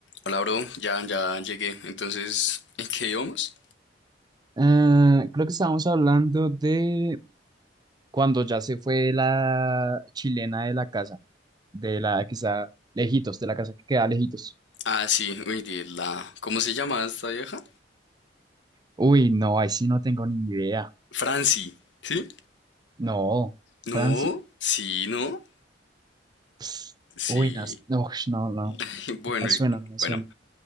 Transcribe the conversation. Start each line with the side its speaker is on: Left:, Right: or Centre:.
Left: Hola, bro. Ya, ya llegué. Entonces, ¿en qué íbamos?
Right: Eh, creo que estábamos hablando de cuando ya se fue la chilena de la casa, de la que está lejitos, de la casa que queda lejitos.
Left: Ah, sí. Uy, di- la... ¿Cómo se llama esta vieja?
Right: Uy, no, ahí sí no tengo ni idea.
Left: Franci. ¿Sí?
Right: No,
Left: No.
Right: Franci.
Left: Sí, no.
Right: Pss,
Left: Sí.
Right: Uy, no, es- no, ush, no, no,
Left: <laughs> Bueno,
Right: no me suena,
Left: y-
Right: no me
Left: bueno.
Right: suena.